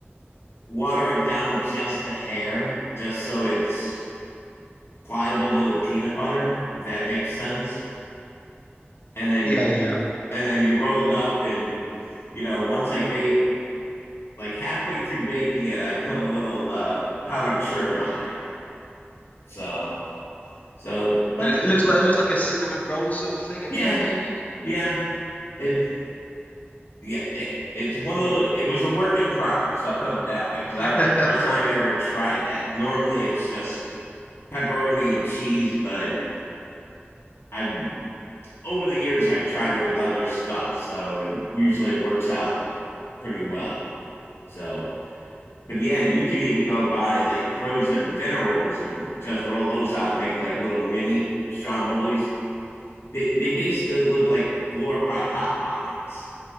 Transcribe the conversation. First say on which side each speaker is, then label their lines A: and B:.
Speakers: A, on the left (about 70°); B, on the left (about 35°).
A: water it down just a hair just so it's pliable to the peanut butter if that makes sense and then
B: yeah, yeah.
A: and then you roll it up and you know once i bake like halfway through baking it i put a little uh, powdered sugar on there so so but
B: It it looks like it looks like a cinnamon roll sort of thing at
A: yeah
B: the end, maybe.
A: yeah it yeah, it, it's one of the, it was a work in progress. I'll put it that way because that was
B: <laughs>
A: the first time I ever tried that. Normally, it's just pepperoni and cheese, but I've over the years I've tried it with other stuff, so and usually it works out pretty well. So, but yeah, you could even go buy like frozen dinner rolls and just roll those out, and make like little mini strombolis. They they basically look like glorified hot pockets.